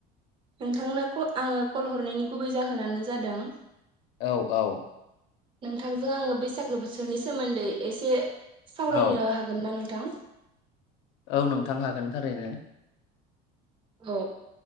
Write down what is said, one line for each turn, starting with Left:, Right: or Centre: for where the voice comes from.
Right: नोंथांनो आङो कल हरनायनि गुबै जाहोनानो जादों
Left: औ औ
Right: नोंथांजों आङो बैसागो बोथोरनि सोमोन्दै एसे सावरायनो
Left: औ
Right: हागोन ना नोंथां
Left: औ नोंथां हागोन थारैनो
Right: औ